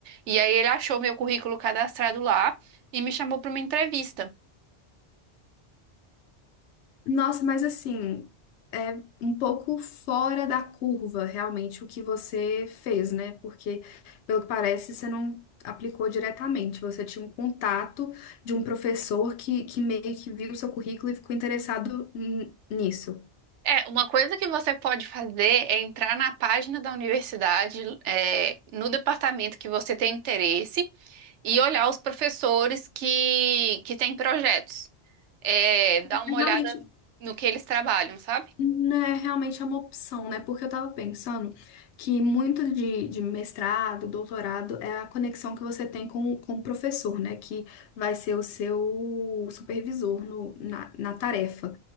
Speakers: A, on the right; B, on the left.
A: E aí ele achou meu currículo cadastrado lá e me chamou para uma entrevista.
B: Nossa, mas assim, é um pouco fora da curva realmente o que você fez, né? Porque, pelo que parece, você não aplicou diretamente. Você tinha um contato de um professor que, que meio que viu o seu currículo e ficou interessado n- nisso.
A: É, uma coisa que você pode fazer é entrar na página da universidade, é, no departamento que você tem interesse, e olhar os professores que, que têm projetos. É, dar uma
B: É
A: olhada
B: Realmente
A: no que eles trabalham, sabe?
B: Não é realmente é uma opção, né? Porque eu tava pensando que muito de, de mestrado, doutorado, é a conexão que você tem com, com o professor, né? Que vai ser o seu supervisor no, na, na tarefa,